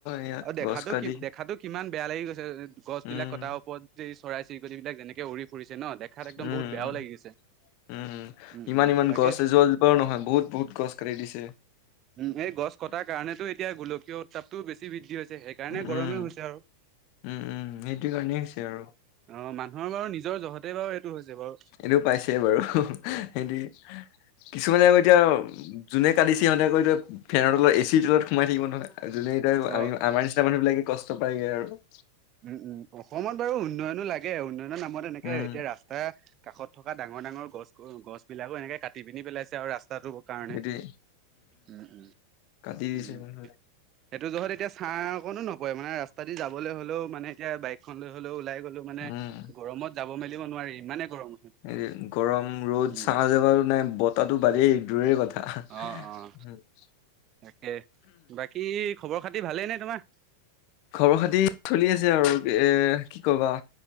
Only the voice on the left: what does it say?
ইয়াত
গছ কাটি
উম
উম
উম
ইমান
ইমান
গছ <unintelligible> নহয়, বহুত, বহুত গছ কাটি দিছে।
উম
উম, উম সেইটো কাৰণেই হৈছে আৰু।
এইটো পাইছে বাৰু সেইটোৱে, কিছুমানে আকৌ এতিয়া যোনে কাটিছে সিহঁতে আকৌ এতিয়া ফেনৰ তলত এ চি ৰ তলত সোমাই থাকিব নহয় যোনে এতিয়া
আমি আমাৰ নিচিনা তাৰ মানুহবিলাকে কষ্ট পাইগে আৰু।
উম,
সেইটোৱে
কাটি দিছে
মানুহবিলাকে
উম,
এ গৰম ৰ'দ,
ছাঁ জেগাবোৰ নাই, বতাহটো বাদেই দূৰৰে কথ <unintelligible>
খবৰ খাতি চলি আছে আৰু এ, কি ক'বা।